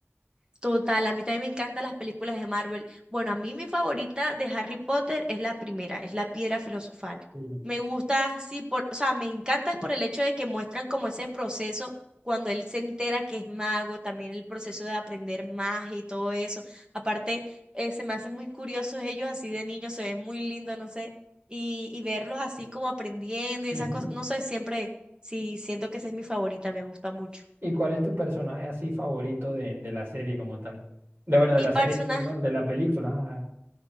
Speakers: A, on the right (about 20°); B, on the right (about 55°).
A: Total, a mí también me encantan las películas de Marvel. Bueno, a mí mi favorita de Harry Potter es la primera, es la Piedra Filosofal.
B: Sí.
A: Me gusta, sí, por, o sea, me encanta por el hecho de que muestran como ese proceso cuando él se entera que es mago, también el proceso de aprender magia y todo eso. Aparte, eh, se me hacen muy curiosos ellos así de niños, se ven muy lindos, no sé, y, y verlos así como aprendiendo y
B: Ujú.
A: esas cosas, no sé, siempre, sí, siento que esa es mi favorita, me gusta mucho.
B: ¿Y cuál es tu personaje así favorito de, de la serie como tal? De bueno,
A: Mi
B: de la
A: personaje
B: serie, perdón, de la película. Ah,